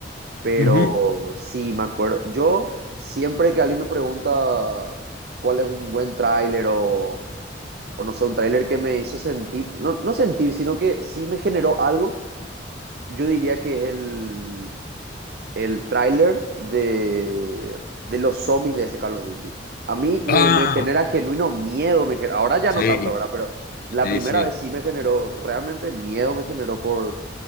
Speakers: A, on the right; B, on the left.
A: Pero
B: ujú.
A: sí, me acuerdo. Yo siempre que alguien me pregunta cuál es un buen tráiler o, o no sé, un tráiler que me hizo sentir, no, no sentir, sino que sí me generó algo, yo diría que es el, el tráiler de, de los zombies de ese Call of Duty. A mí me,
B: Ah,
A: me genera genuino miedo, me genera- ahora ya
B: sí,
A: no tanto, ahora, Pero la
B: sí,
A: primera
B: sí.
A: vez sí me generó, realmente miedo me generó por...